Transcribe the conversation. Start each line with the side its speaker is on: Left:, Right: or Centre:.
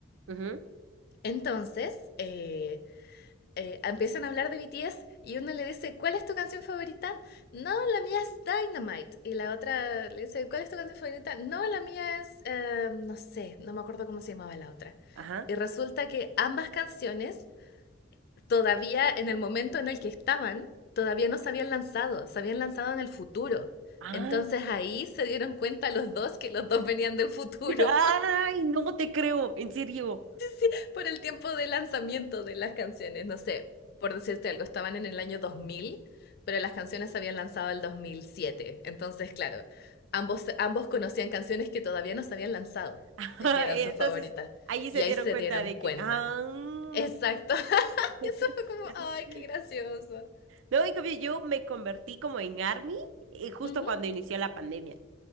Right: Ujú,
Left: Entonces, eh, eh, empiezan a hablar de BTS y uno le dice, ¿cuál es tu canción favorita? No, la mía es Dynamite. Y la otra le dice, ¿cuál es tu canción favorita? No, la mía es, eh, no sé, no me acuerdo cómo se llamaba la otra.
Right: Ajá.
Left: Y resulta que ambas canciones, todavía en el momento en el que estaban, todavía no se habían lanzado, se habían lanzado en el futuro.
Right: Ah.
Left: Entonces ahí se dieron cuenta los dos que los dos venían del futuro
Right: <laughs> Ay, no te creo, en serio.
Left: Sí, por el tiempo de lanzamiento de las canciones. No sé, por decirte algo, estaban en el año 2000, pero las canciones se habían lanzado el 2007. Entonces, claro, ambos, ambos conocían canciones que todavía no se habían lanzado
Right: <laughs>
Left: y que eran
Right: Entonces,
Left: sus favoritas.
Right: allí se
Left: Y ahí
Right: dieron
Left: se
Right: cuenta
Left: dieron
Right: de
Left: cuenta.
Right: que, ah,
Left: Exacto. <laughs>
Right: <laughs>
Left: Y eso fue como, ay, qué gracioso.
Right: no, en cambio, yo me convertí como en ARMY eh, justo
Left: Ujú.
Right: cuando inició la pandemia.